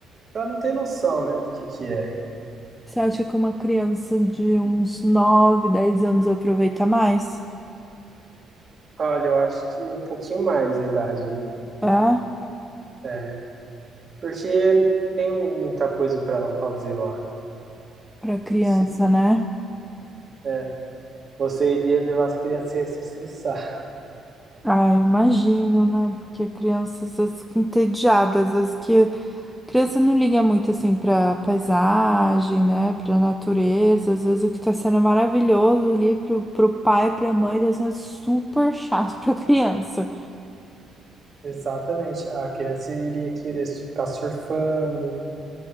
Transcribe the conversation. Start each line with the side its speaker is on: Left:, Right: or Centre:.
Right: Ela não tem noção, né, do que que é.
Centre: Você acha que uma criança de uns 9, 10 anos aproveita mais?
Right: Olha, eu acho que um pouquinho mais a idade, hein?
Centre: É?
Right: É, porque não tem muita coisa pra ela fazer lá.
Centre: Para criança,
Right: Se-
Centre: né?
Right: é, você iria levar as crianças a se estressar.
Centre: Ah, imagino, né? Porque crianças às vezes fica entediada, às vezes que criança não liga muito assim pra paisagem, né? Pra natureza, às vezes o que tá sendo é maravilhoso ali pro, pro pai, pra mãe, tá sendo super <laughs> chato pra criança.
Right: Exatamente. A criança iria querer ficar surfando,